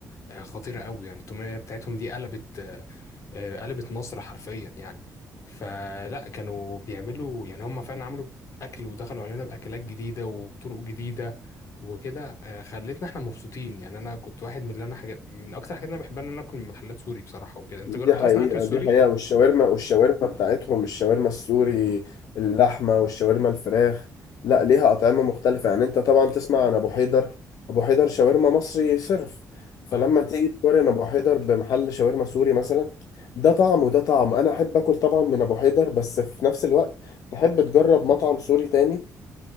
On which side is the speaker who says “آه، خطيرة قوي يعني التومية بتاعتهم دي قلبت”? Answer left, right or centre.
Left